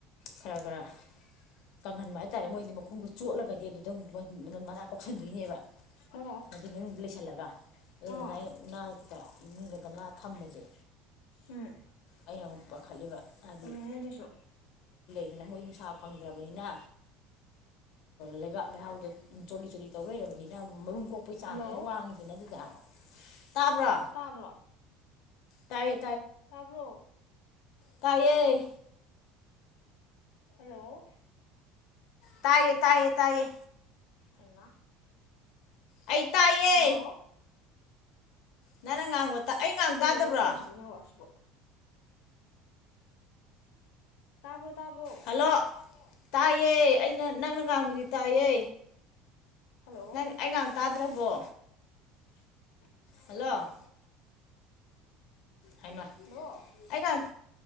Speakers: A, on the left (about 55°); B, on the left (about 80°).
A: ꯈꯔ ꯈꯔ꯫ ꯀꯪꯍꯟꯕ ꯍꯥꯏꯇꯥꯔꯦ ꯃꯣꯏꯗꯤ ꯃꯈꯣꯡꯗꯣ ꯆꯣꯠꯂꯒꯗꯤ ꯑꯗꯨꯗ ꯃꫭꯛ ꯃꯅꯥ ꯀꫭꯛꯁꯟꯗꯣꯏꯅꯦꯕ꯫
B: ꯑꯣ
A: ꯑꯗꯨ ꯃꯅꯨꯡꯗ ꯂꯩꯁꯟ꯫ ꯍꯜꯂꯒ ꯑꯗꯨꯗꯨꯅ
B: ꯑꯣ
A: ꯑꯩꯅ ꯎꯅꯥꯇ ꯏꯃꯨꯡꯗ ꯒꯝꯂꯥ ꯊꯝꯕꯁꯦ꯫
B: ꯎꯝ
A: ꯑꯩꯅꯃꯨꯛ ꯄꯥꯈꯠꯂꯤꯕ ꯍꯥꯏꯗꯤ꯫
B: ꯃꯤ ꯑꯗꯨꯁꯨ꯫
A: ꯑꯗꯨꯅ ꯃꫭꯏ ꯅꯨꯡꯁꯥ ꯐꯪꯗ꯭ꯔꯕꯅꯤꯅ ꯂꯩꯕꯥꯛ ꯂꯩꯍꯥꯎꯗ ꯆꯣꯜꯂꯤ ꯆꯣꯜꯂꯤ꯫ ꯇꯧꯕ ꯍꯩꯔꯕꯅꯤꯅ ꯃꯔꯨꯝ ꯀꯣꯛꯄꯩꯒꯤ ꯆꯥꯡꯁꯨ
B: ꯍꯜꯂꯣ
A: ꯌꯥꯝ ꯋꯥꯡꯉꯤꯗꯅ ꯑꯗꯨꯗ꯫ ꯇꯥꯕ꯭ꯔꯣ
B: ꯇꯥꯕ꯭ꯔꯣ꯫
A: ꯇꯥꯏꯌꯦ
B: ꯇꯥꯕ꯭ꯔꯣ‌꯫
A: ꯇꯥꯏꯌ‌ꯦ꯫
B: ꯍꯜꯂꯣ꯫
A: ꯇꯥꯏꯌꯦ ꯇꯥꯏꯌꯦ ꯇꯥꯏꯌꯦ꯫
B: ꯍꯩꯃꯥ꯫
A: ꯑꯩ ꯇꯥꯏꯌꯦ
B: ꯍꯜꯂꯣ
A: ꯅꯪꯅ ꯉꯥꯡꯕ ꯑꯩ ꯉꯥꯡ
B: ꯀꯩꯗꯧꯈ꯭ꯔꯒꯦ
A: ꯇꯥꯗꯕ꯭ꯔꯣ
B: ꯇꯧꯔꯤꯁꯤꯕꯣ ꯅꯦꯠꯋꯥꯛꯁꯤꯕꯣ ꯇꯥꯕ꯭ꯔꯣ ꯇꯥꯕ꯭ꯔꯣ
A: ꯍꯜꯂꯣ ꯇꯥꯏꯌꯦ ꯑꯩꯅ ꯅꯪꯅ ꯉꯥꯡꯕꯨꯗꯤ ꯇꯥꯏꯌꯦ
B: ꯍꯜꯂꯣ
A: ꯅꯪ ꯑꯩ ꯉꯥꯡ ꯇꯥꯗ꯭ꯔꯕꯣ
B: <unintelligible>
A: ꯍꯜꯂꯣ ꯍꯥꯏꯃ
B: ꯍꯜꯂꯣ
A: ꯑꯩꯒ